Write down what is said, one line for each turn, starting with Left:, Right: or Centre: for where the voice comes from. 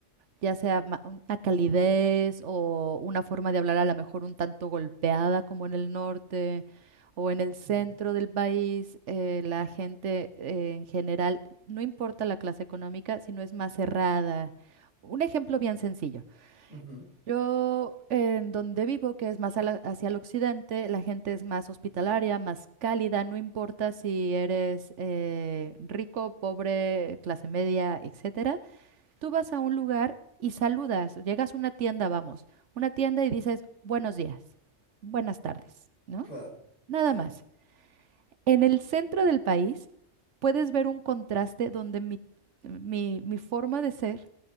Right: ya sea ma- una calidez o una forma de hablar a lo mejor un tanto golpeada como en el norte o en el centro
Left: Mm.
Right: del país, eh, la gente eh, en general, no importa la clase económica, sino es más cerrada. Un ejemplo bien sencillo.
Left: Ujú,
Right: Yo en donde vivo, que es más a la- hacia el occidente, la gente es más hospitalaria, más cálida, no importa si eres eh, rico, pobre, clase media, etc. Tú vas a un lugar y saludas, llegas a una tienda, vamos, una tienda y dices buenos días, buenas tardes, ¿no?
Left: claro,
Right: Nada
Left: sí.
Right: más. En el centro del país puedes ver un contraste donde mi, mi, mi forma de ser